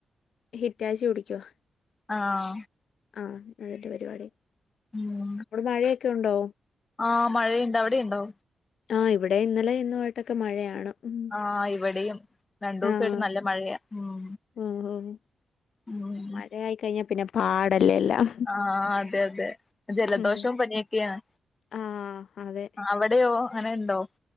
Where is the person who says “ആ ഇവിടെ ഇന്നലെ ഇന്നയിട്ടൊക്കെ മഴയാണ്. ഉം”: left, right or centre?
Left